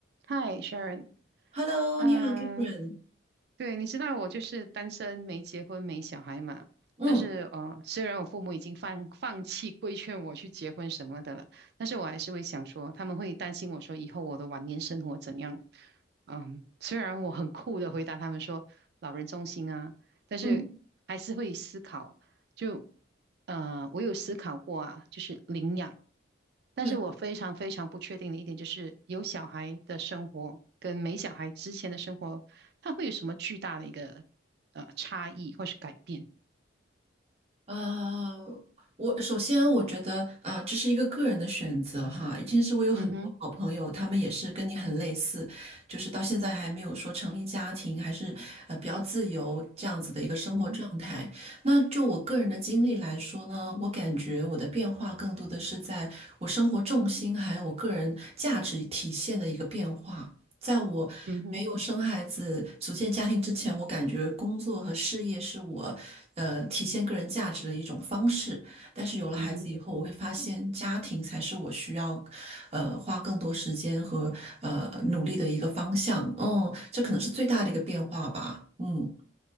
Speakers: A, on the right; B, on the right.
A: 嗨，Sharon，
B: Hello，
A: 嗯、
B: 你好，Catherine。
A: 呃对，你知道我就是单身，没结婚，没小孩嘛。
B: 嗯
A: 但是，呃，虽然我父母已经放放弃规劝我去结婚什么的了，但是我还是会想说，他们会担心我说以后我的晚年生活怎样。嗯，虽然我很酷的回答他们说老人中心啊，但是还是会思考。
B: 嗯
A: 就，呃，我有思考过啊，就是领养。但是我非常非常不确定的一点就是，
B: 对，
A: 有小孩的生活跟没小孩之前的生活，它会有什么巨大的一个呃差异或是改变？
B: 呃，我首先我觉得啊、这是一个个人的选择哈。其实我有很多好朋友，
A: 嗯哼，
B: 他们也是跟你很类似，就是到现在还没有说成立家庭，还是呃比较自由这样子的一个生活状态。
A: 嗯哼，
B: 那就我个人的经历来说呢，我感觉我的变化更多的是在我生活重心还有我个人价值体现的一个变化。在我没有生孩子、
A: 嗯哼，
B: 组建家庭之前，我感觉工作和事业是我，呃，体现个人价值的一种方式。但是有了孩子以后，
A: 嗯哼，
B: 我会发现家庭才是我需要，呃，花更多时间和呃努力的一个方向。嗯，这可能是最大的一个变化吧。嗯。